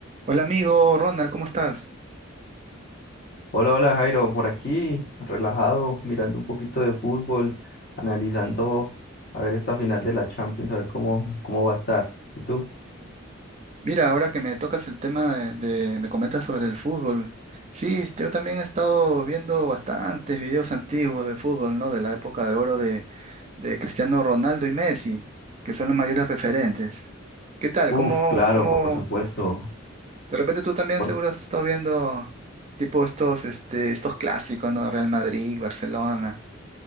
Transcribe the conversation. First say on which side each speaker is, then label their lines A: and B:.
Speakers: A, on the right; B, on the left.
A: Hola amigo Ronald, ¿cómo estás?
B: Hola, hola Jairo, por aquí, relajado, mirando un poquito de fútbol, analizando a ver esta final de la Champions, a ver cómo, cómo va a estar. ¿Y tú?
A: Mira, ahora que me tocas el tema de, de- me comentas sobre el fútbol. Sí, yo también he estado viendo bastantes videos antiguos de fútbol, ¿no? De la época de oro de, de Cristiano Ronaldo y Messi, que son los mayores referentes. ¿Qué tal?
B: Uf,
A: ¿Cómo,
B: claro,
A: cómo?
B: por supuesto,
A: De repente tú también
B: por,
A: seguro
B: su-
A: has estado viendo tipo estos, este, estos clásicos, ¿no? Real Madrid, Barcelona.